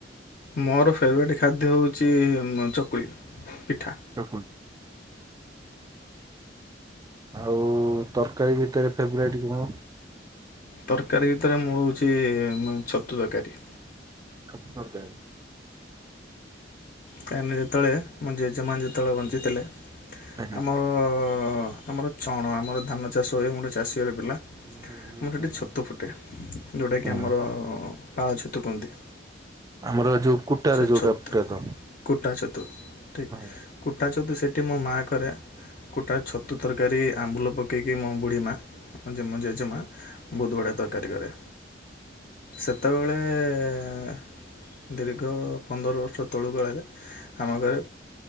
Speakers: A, on the left (about 45°); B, on the right (about 20°).
A: ମୋର ଫେବରାଇଟ୍ ଖାଦ୍ୟ ହୋଉଚି ମ ଚକୁଳି ପିଠା।
B: ଚକୁଳି ଆଉ ତରକାରୀ ଭିତରେ ଫେବରାଇଟ କଣ?
A: ତରକାରୀ ଭିତରେ ମୁଁ ହୋଉଚି ମାନେ ଛତୁ ତରକାରୀ।
B: ଛତୁ ତରକାରୀ।
A: କାହିଁକିନା ଯେତୋଳେ ମୋ ଜେଜେମାଆ ଯେତୋଳେ ବଞ୍ଚିଥିଲେ
B: ଆଜ୍ଞା।
A: ଆମର ଆମର ଛଣ ଆମର ଧାନ ଚାଷ ହୁଏ ମୁଁ ଗୋଟେ ଚାଷୀ ଘର ପିଲା
B: ହୁଁ ହୁଁ ହୁଁ
A: ଆମର ସେଠି
B: ହୁଁ ହୁଁ
A: ଛତୁ ଫୁଟେ। ଯୋଉଟାକି ଆମର
B: ହୁଁ
A: ପାଳ ଛତୁ କୁହନ୍ତି।
B: ଆମର ଏ ଯୋଉ କୁଟାରେ
A: ସେ
B: ଯୋଉଟା
A: ଛତୁ
B: ଫୁଟେ ତ।
A: କୁଟା ଛତୁ ଠିକ୍
B: ହଁ।
A: କୁଟା ଛତୁ ସେଠି ମୋ ମାଆ କରେ। କୁଟା ଛତୁ ତରକାରୀ ଆମ୍ବୁଲ ପକେଇକି ମୋ ବୁଢ଼ୀ ମାଆ ହଁ ଯିଏ ମୋ ଜେଜେମାଆ। ବୋହୁତ ବଢ଼ିଆ ତରକାରୀ କରେ ସେତେବେଳେ ଦିରେ ଦୀର୍ଘ ପନ୍ଦର ବର୍ଷ ତଳୁ କାଳରେ ଆମ ଘରେ